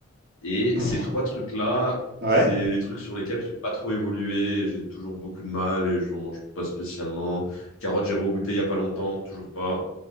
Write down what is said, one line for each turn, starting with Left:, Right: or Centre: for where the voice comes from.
Left: Et
Right: Ah Bon.
Left: ces trois trucs-là,
Right: Ouais.
Left: c'est les trucs sur lesquels j'ai pas trop évolué, j'ai toujours beaucoup de mal et j'en mange pas spécialement. Carottes, j'ai regoûté il y a pas longtemps, toujours pas.